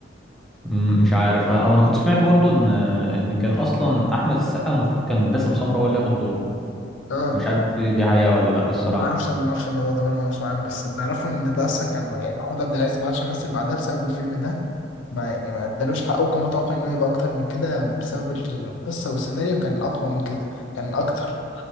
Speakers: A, in the centre; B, on the left.
A: مم، مش عارف آه، أو أنا كنت سمعت برضه إن إن كان أصلا أحمد السقا المفروض كان باسم سمرة هو اللي ياخد دوره
B: اه
A: مش عارف دي دي حقيقة ولا لأ الصراحة
B: ما اعرفش انا ما اعرفش الموضوع ده بقى مسؤول عنه بس اللي اعرفه ان ده اصلا كان يعني محمود عبد العزيز ما عادش يمثل بعدها بسبب الفيلم ده ما يعني ما ادالوش حقه وكان متوقع انه يبقى اكتر من كده بسبب القصه والسيناريو كان اقوى من كده كان اكتر